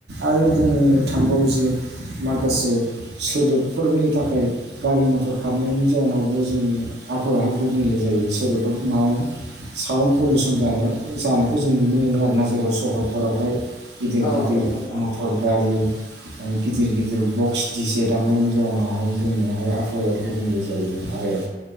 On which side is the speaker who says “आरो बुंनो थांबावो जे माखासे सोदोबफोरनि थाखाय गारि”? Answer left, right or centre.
Right